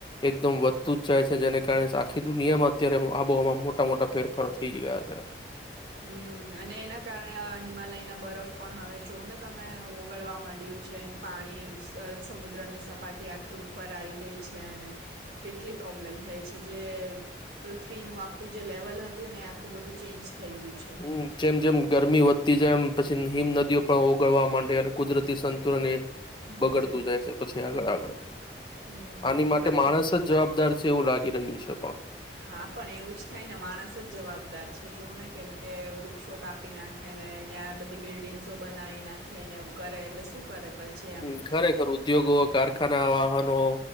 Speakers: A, on the left; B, on the right.
A: એકદમ વધતુંજ જાય છે, જેને કારણે આખી દુનિયામાં અત્યારે આબોહવામાં મોટા મોટા ફેરફારો થઈ ગયા છે.
B: હમ્મ અને એના કારણે હિમાલયના બરફ પણ હવે જોવ ને તમે ઓગળવા માંડ્યું છે, પાણી સમુદ્રની સપાટી આખી ઉપર આઈ ગઈ છે ને કેટલી પ્રોબ્લેમ થઈ છે, જે પૃથ્વીનું આખું જે લેવલ હતું ને આખું બધું ચેન્જ થઈ ગયું છે
A: હમ્મ, જેમ જેમ ગરમી વધતી જેમ પછી હિમ નદીઓ પણ ઓગળવા માંડે અને કુદરતી સંતુલન એ
B: હમ
A: બગડતું જાય છે, પછી આગળ આગળ. આની
B: હમ ખબર
A: માટે માણસજ
B: નઈ
A: જવાબદાર છે. તેવું લાગી રહ્યું છે, પણ
B: હા, પણ એવુંજ થાય ને માણસ જ જવાબદાર છે જોવ ને, કેમકે વૃક્ષો કાપી નાખે ને ત્યાં બધી બિલ્ડિંગ્સો બનાવી નાખે ને એવું કરે એટલે શું કરે પછી
A: હમ્મ,
B: એમ
A: ખરેખર ઉદ્યોગો કારખાના, વાહનો,